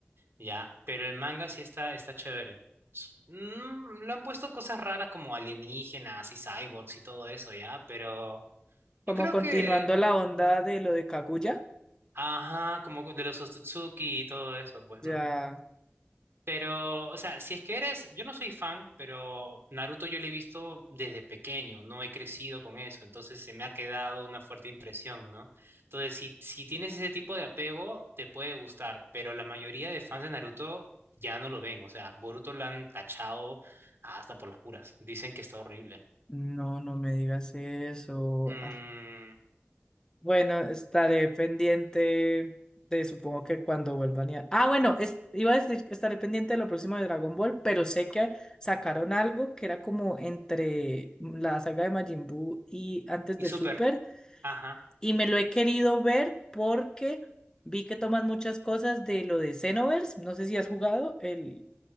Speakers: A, on the right; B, on the left.
A: Ya, pero el manga sí está, está chévere. S- mm, lo han puesto cosas raras como alienígenas y cyborgs y todo eso, ya, pero yo
B: Como
A: creo
B: continuando
A: que,
B: la onda de lo de Kaguya,
A: ajá, como de los Otsutsuki y todo eso, pues,
B: ya
A: ¿no? Pero, o sea, si es que eres, yo no soy fan, pero Naruto yo lo he visto desde pequeño, no he crecido con eso, entonces se me ha quedado una fuerte impresión, ¿no? Entonces, si, si tienes ese tipo de apego, te puede gustar, pero la mayoría de fans de Naruto ya no lo ven, o sea, Boruto lo han tachado hasta por las puras, dicen que está horrible.
B: no, no me digas eso.
A: Mm,
B: Ah, Bueno, estaré pendiente de, supongo que cuando vuelvan a... Ah, bueno, es- iba a decir que estaré pendiente de lo próximo de Dragon Ball, pero sé que sacaron algo que era como entre la saga de Majin Buu y antes
A: y
B: de
A: Super,
B: Super,
A: ajá,
B: y me lo he querido ver porque vi que toman muchas cosas de lo de Xenoverse, no sé si has jugado el...